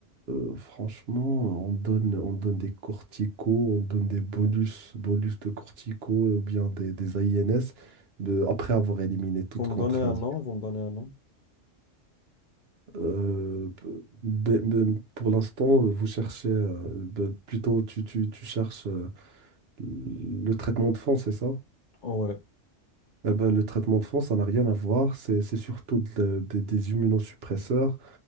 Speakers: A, on the right; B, on the left.
A: ben, franchement, on donne, on donne des corticos, on donne des bonus, bonus de corticos ou bien des, des INS de- après avoir éliminé toute
B: Vous me
A: contre-indication.
B: donnez un nom, vous me donnez un nom.
A: Euh, ben, ben, pour l'instant, vous cherchez, euh, ben, plutôt tu, tu, tu cherches euh, le traitement de fond, c'est ça?
B: Oh, ouais,
A: Eh ben, le traitement de fond, ça n'a rien à voir, c'est c'est surtout de- des des immunosuppresseurs